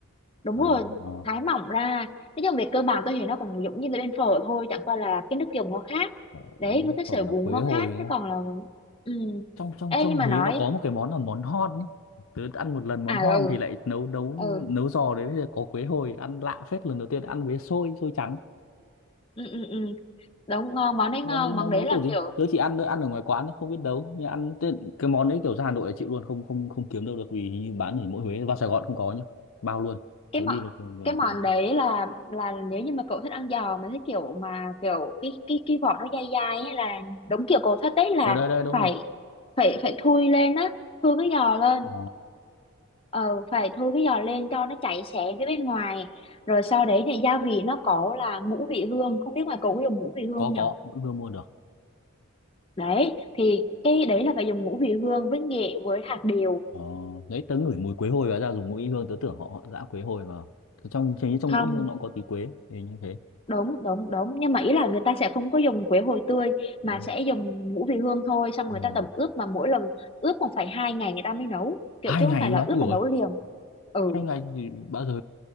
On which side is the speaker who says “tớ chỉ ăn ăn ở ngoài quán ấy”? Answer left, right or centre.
Left